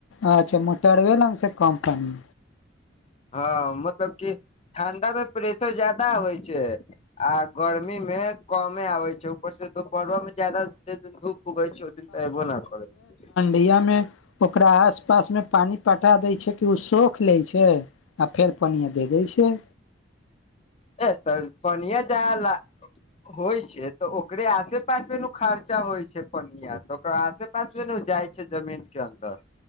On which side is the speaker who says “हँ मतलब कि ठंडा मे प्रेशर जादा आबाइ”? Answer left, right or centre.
Left